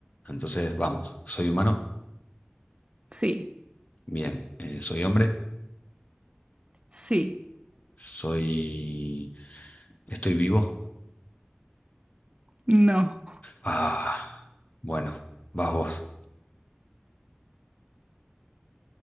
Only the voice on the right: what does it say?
Sí,
sí,
no.